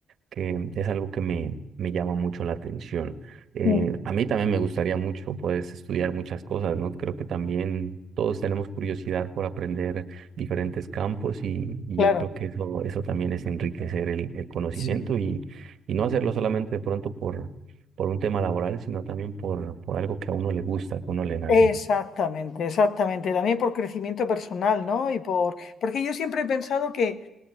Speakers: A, on the right (about 60°); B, on the left (about 65°).
A: que es algo que me, me llama mucho la atención. Eh,
B: mm,
A: a mí también me gustaría mucho, pues, estudiar muchas cosas, ¿no? Creo que también todos tenemos curiosidad por aprender diferentes campos y, y
B: claro,
A: yo creo que eso, eso también es enriquecer el, el conocimiento
B: sí.
A: y, y no hacerlo solamente de pronto por, por un tema laboral, sino también por, por algo que a uno le gusta, que a uno le nace.
B: Exactamente, exactamente. También por crecimiento personal, ¿no? Y por, porque yo siempre he pensado que